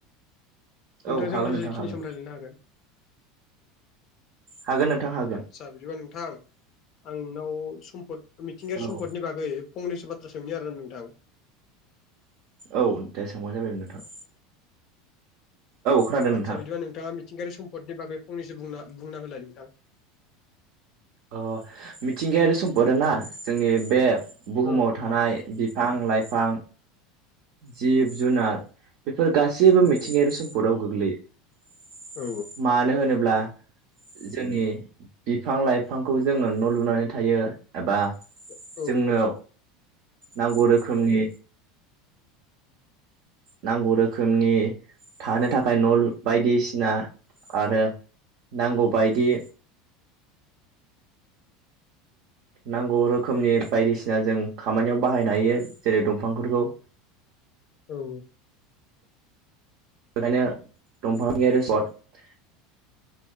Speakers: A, on the right; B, on the left.
A: औ
B: नोंथांजों
A: हागोन
B: आं दसेखिनि
A: नोंथां हागोन
B: सम लायलायनो हागोन
A: हागोन नोंथां हागोन
B: आत्सा बिदिबा नोंथां आं नोंनाव सम्पद मिथिंगायारि
A: औ
B: सम्पदनि बागै फंनैसो बाथ्रा सोंनि आरोना नोंथां
A: औ दे सोंबानो जाबाय नोंथां
B: औ
A: खोनादों
B: आदसा
A: नोंथां
B: बिदिबा नोंथाङा मिथि सिथिंगायारि सम्दनि बागै फंनैसो बुंना बुंना होलाय नोंथां
A: अ मिथिंगायारि सम्पद आरो ना जोंनि बे बुहुमाव
B: औ
A: थानाय बिफां लाइफां जिब जुनार बेफोर गासैबो
B: औ
A: मिथिंगायारि सम्पदआव गोग्लैयो
B: औ
A: मानो होनोब्ला जोंनि बिफां लाइफांखौ जोङो न लुनानै थायो एबा
B: औ औ
A: जोंनो
B: औ
A: नांगौ रोखोमनि नांगौ रोखोमनि थानो थाखाय न लु बायदिसिना आरो नांगौ बायदि नांगौ रोखोमनि बायदिसिना जों खामानियाव बाहायनो हायो जेरै दंफांफोरखौ
B: <inaudible> औ
A: बेखायनो‌ दंफांनि आरो सर्ट